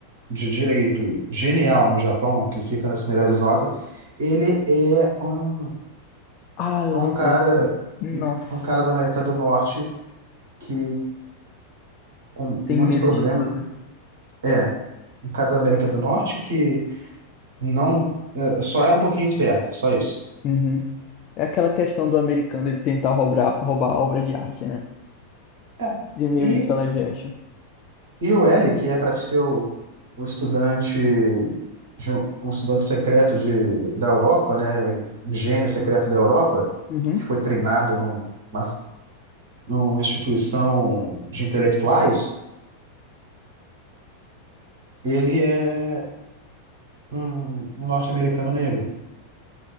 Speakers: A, on the right (about 55°); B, on the left (about 35°).
A: de direito genial no Japão, que fica nas melhores notas, ele é um,
B: Ah, eu lembrei
A: é um cara,
B: agora. Nossa,
A: um cara da América do Norte que com
B: tem
A: muitos
B: medo
A: problemas,
B: de tudo.
A: é, um cara da América do Norte que não, é, só é um pouquinho esperto, só isso.
B: Uhum. É aquela questão do americano ele tentar roubar, roubar a obra de arte, né?
A: É.
B: De meio
A: E,
B: isso, a live action.
A: e o L, que é para ser o, o estudante, de um um estudante secreto de, da Europa, né? um Gênio secreto da Europa,
B: Uhum.
A: que foi treinado num- na- numa instituição de intelectuais, ele é um, um norte-americano negro.